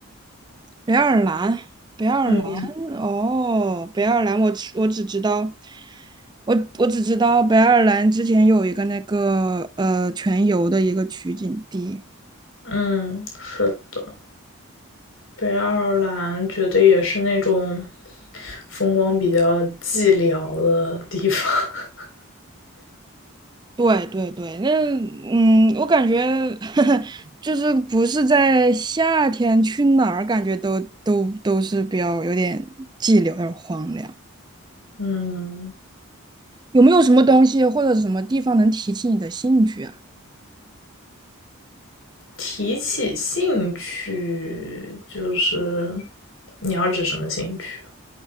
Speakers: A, on the right; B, on the left.
A: 北爱尔兰，北爱尔兰，
B: 嗯
A: 哦，北爱尔兰，我只我只知道，我我只知道北爱尔兰之前有一个那个呃全游的一个取景地。
B: 嗯，是的，北爱尔兰觉得也是那种风光比较寂寥的地方。<laughs>
A: 对对对，那嗯，我感觉 <laughs> 就是不是在夏天去哪儿，感觉都都都是比较有点寂寥，有点荒凉。
B: 嗯，
A: 有没有什么东西或者什么地方能提起你的兴趣啊？
B: 提起兴趣，就是你要指什么兴趣？